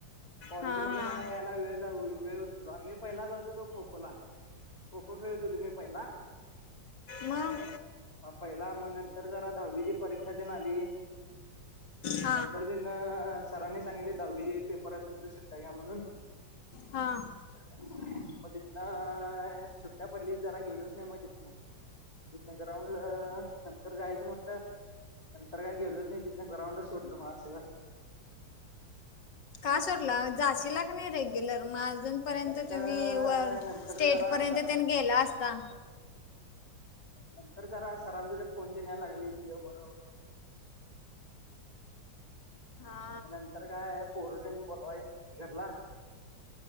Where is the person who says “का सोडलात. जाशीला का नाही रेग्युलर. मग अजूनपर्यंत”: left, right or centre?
Left